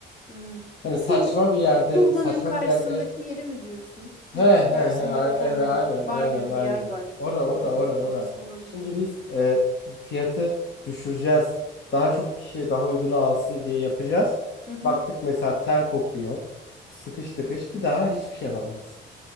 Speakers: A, on the left (about 40°); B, on the left (about 65°).
A: Hı.
B: Hani saçma
A: Tuğla-
B: bir yerde,
A: Tuğla'nın
B: saçma
A: karşısındaki
B: bir yerde.
A: yeri mi diyorsun? Tuğla'nın
B: He he
A: karşısında
B: he, a-
A: bir tane
B: evet aynen
A: bar
B: aynen
A: gibi
B: aynen.
A: bir yer var.
B: Ora
A: Tamam,
B: ora ora
A: orası
B: ora.
A: olabilir.
B: Şimdi biz e, fiyatı düşüreceğiz. Daha çok kişi daha uygunu alsın diye yapacağız.
A: Hı hı.
B: Baktık mesela ter kokuyor. Sıkış tıkış bir daha hiçbir şey yapamayız.